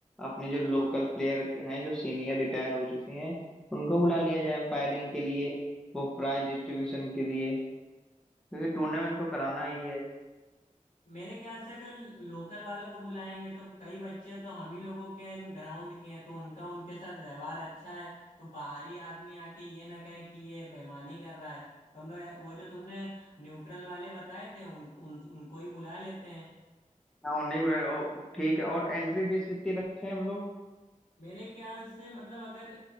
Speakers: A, in the centre; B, on the left.
A: अपने जो लोकल प्लेयर हैं जो सीनियर रिटायर हो चुके हैं उनको बुला लिया जाए एम्पायरिंग के लिए वो प्राइज डिस्ट्रीब्यूशन के लिए क्योंकि टूर्नामेंट तो कराना ही है
B: मेरे ख्याल से अगर लोकल वालों को बुलाएंगे तो कई बच्चे तो हम ही लोगों के ग्राउंड के हैं तो उनका उनके साथ व्यवहार अच्छा है तो बाहरी आदमी आके ये ना कहे कि ये बेईमानी कर रहा है तो हम लोग वो जो तुमने न्यूट्रल वाले बताए थे उन, उन उनको ही बुला लेते हैं
A: हाँ उन्हीं को और ठीक है और एंट्री फीस कितनी रखे हैं हम लोग
B: मेरे ख्याल से मतलब अगर